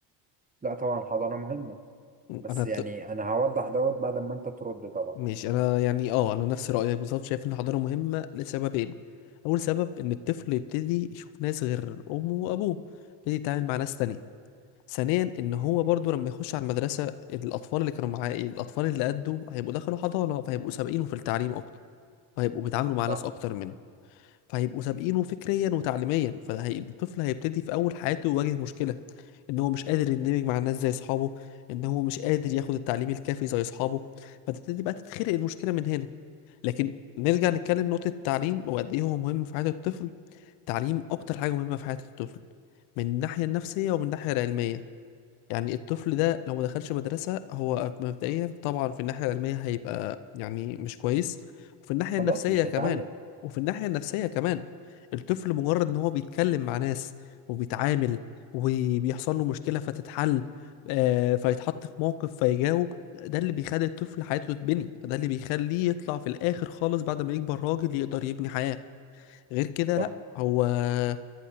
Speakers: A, on the right; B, on the left.
A: لا طبعا الحضانة مهمة بس
B: انا
A: يعني أنا هوضح دوت بعد ما أنت ترد طبعا
B: ماشي انا يعني اه انا نفس رايك بالظبط شايف ان الحضانه مهمه لسببين اول سبب ان الطفل يبتدي يشوف ناس غير امه وابوه يبتدي يتعامل مع ناس تانية ثانيا ان هو برضو لما يخش على المدرسه الاطفال اللي كانوا معاه الاطفال اللي قده هيبقوا دخلوا حضانه فهيبقوا سابقينه في التعليم اكتر وهيبقوا بيتعاملوا مع
A: صح
B: ناس اكتر منه فهيبقوا سابقينه فكريا وتعليميا فالطفل هيبتدي في اول حياته يواجه مشكله ان هو مش قادر يندمج مع الناس زي اصحابه ان هو مش قادر ياخد التعليم الكافي زي اصحابه فتبتدي بقى تتخلق المشكله من هنا لكن نرجع نتكلم نقطة التعليم وقد إيه هو مهم في حياة الطفل التعليم أكتر حاجة مهمة في حياة الطفل من الناحية النفسية ومن الناحية العلمية يعني الطفل ده لو ما دخلش مدرسة هو مبدئيا طبعا في الناحية العلمية هيبقى يعني مش كويس وفي الناحية النفسية
A: خلاص مش
B: كمان
A: هيتعلم
B: وفي الناحية النفسية كمان الطفل مجرد ان هو بيتكلم مع ناس وبيتعامل وبيحصل له مشكلة فتتحل آه، فيتحط في موقف فيجاوب ده اللي بيخلي الطفل حياته تتبني ده اللي بيخليه يطلع في الآخر خالص بعد ما يكبر راجل يقدر يبني حياة غير كده
A: صح
B: لا هو آه،